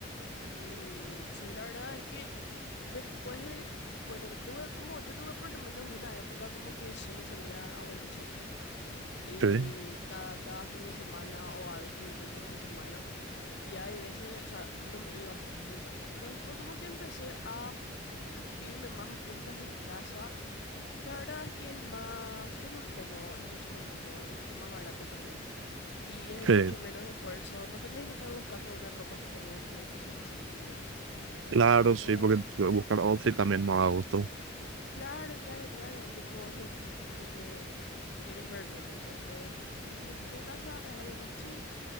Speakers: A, on the left; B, on the right.
A: Mm, sí, la verdad es que después de, bueno, tuve como, yo tuve por lo menos una época como que solo salía a boliches y
B: Sí,
A: cada, cada fin de semana o a veces incluso entre semana. Y hay veces, o sea, no me iba a fiestas en casa, pero después como que empecé a irme más a fiestas en casa Y la verdad es que es más, es más cómodo, es mucho más cómodo, es mucho más barato también. Y es
B: sí.
A: mucho menos esfuerzo. No tenés que estar buscando una ropa que ponerte, cosas así, ¿entendés?
B: Claro,
A: Entonces,
B: sí, porque buscar outfit también no da gusto.
A: claro, claro, claro. Tipo, no, como que te querés ver bien. Entonces, una fiestita en casa es algo más chill.